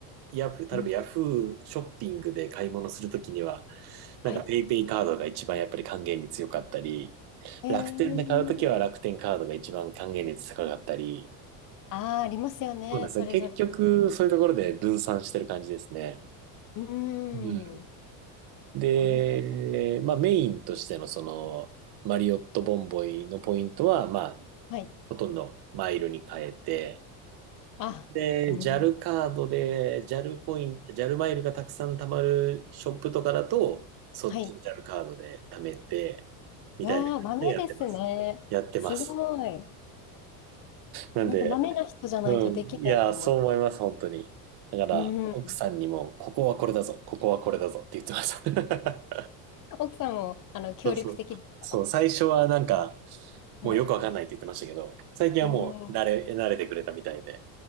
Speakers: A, on the right; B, on the left.
A: ヤフー、例えばヤフーショッピングで買い物するときには、
B: うん。
A: なんかペイペイカードが一番やっぱり還元率良かったり、
B: はい。えー、
A: 楽天で買うときは楽天カードが一番還元率高かったり、
B: ああ、ありますよね。
A: そうなんですね。
B: それぞれ。
A: 結局、そういうところで分散してる感じですね。
B: うー
A: うん。
B: ん。
A: で、
B: なるほど。
A: まあメインとしてのその、マリオットボンボイのポイントは、まあ、
B: はい。
A: ほとんどマイルに変えて、
B: あ、
A: で、
B: うん。
A: JAL カードで、JAL ポイント、ジャルマイルがたくさん貯まるショップとかだと、そっちの
B: はい。
A: JAL カードで貯めて、みたいな感じでやってます。
B: ああ、豆ですね。
A: やってます。
B: すごい。
A: なんで
B: なんか豆な人じゃないとできないと思います。
A: うん。いや、そう思います、本当に。だから、
B: うん。
A: 奥さんにも、ここはこれだぞ、ここはこれだぞって言ってました。
B: 奥さんも、
A: <laughs>
B: あの、協力的ですか
A: そうそう。そう、最初はなんか、
B: はい。
A: もうよくわかんないって言ってましたけど、最近はもう慣れ、
B: うん。
A: 慣れてくれたみたいで、